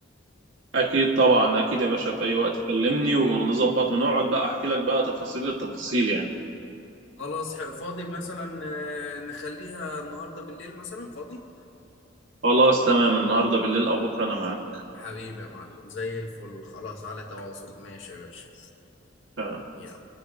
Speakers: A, on the right (about 75°); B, on the left (about 75°).
A: اكيد طبعا اكيد يا باشا في اي وقت كلمني ونظبط ونقعد بقى احكي لك بقى تفاصيل التفاصيل يعني
B: خلاص ح- فاضي مثلا آه، نخليها النهارده بالليل مثلا فاضي
A: خلاص تمام النهارده بالليل او بكره انا معاك
B: حبيبي يا معلم زي الفل خلاص على تواصل ماشي يا باشا
A: تمام.
B: يلا.